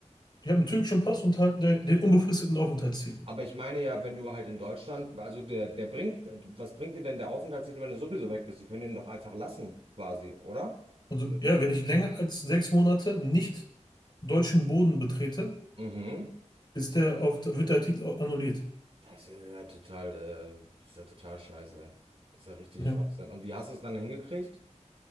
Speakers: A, on the left (about 40°); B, on the right (about 55°).
A: Ich habe einen türkischen Pass und halt de- den unbefristeten Aufenthaltstitel.
B: Aber ich meine ja, wenn du halt in Deutschland, also der, der bringt, was bringt dir denn der Aufenthaltstitel, wenn du sowieso weg bist? Die können den doch einfach lassen, quasi, oder?
A: Also
B: Ist das nicht?
A: ja, wenn ich länger als sechs Monate nicht deutschen Boden betrete,
B: Mhm.
A: ist der auf, wird der Artikel annulliert.
B: Das ist ja total, äh, das ist ja total scheiße. Das ist ja richtig
A: Ja.
B: Schwachsinn. Und wie hast du es dann hingekriegt?